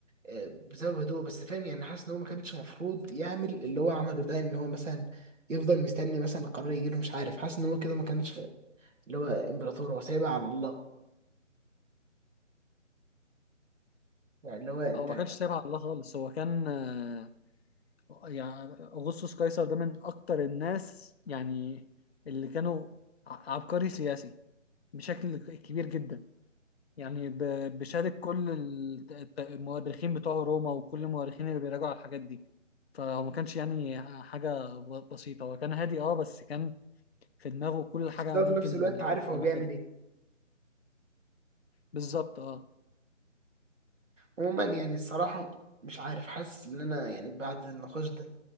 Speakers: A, on the right (about 70°); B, on the left (about 55°).
A: آه بسبب هدوء بس فاهم يعني حاسس ان هو ما كانش المفروض يعمل اللي هو عمله ده ان هو مثلا يفضل مستني مثلا قرار يجي له مش عارف حاسس ان هو كده ما كانش اللي هو امبراطور هو سايبها على الله يعني اللي هو انت
B: هو ما كانش سايبها على الله خالص هو كان آه، يعني أغسطس قيصر ده من أكتر الناس يعني اللي كانوا ع- عبقري سياسي بشكل كبير جدا يعني ب- بشهادة كل الت- الت- المؤرخين بتوع روما وكل المؤرخين اللي بيراجعوا على الحاجات دي فهو ما كانش يعني حاجة ب- بسيطة هو كان هادي اه بس كان في دماغه كل حاجة
A: بس ده
B: ممكن
A: في نفس الوقت
B: يعني
A: عارف
B: انت
A: هو
B: محتاجها
A: بيعمل ايه
B: بالظبط اه
A: عموما يعني الصراحة مش عارف حاسس ان انا يعني بعد النقاش ده